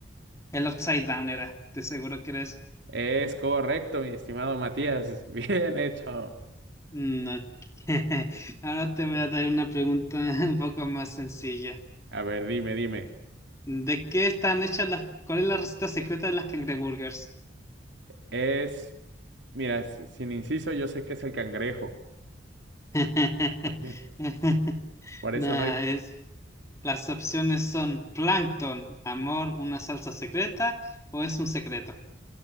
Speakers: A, on the left; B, on the right.
A: El Upside Down era, te seguro que era ese.
B: Es correcto, mi estimado Matías, <laughs> bien hecho.
A: No, <laughs> ahora te voy a dar una pregunta <laughs> un poco más sencilla.
B: A ver, dime, dime.
A: ¿De qué están hechas las... ¿Cuál es la receta secreta de las cangreburgers?
B: Es, mira, si- sin inciso yo sé que es el cangrejo.
A: <laughs>
B: <laughs> Por
A: Nah,
B: eso no hay.
A: es... Las opciones son plancton, amor, una salsa secreta o es un secreto.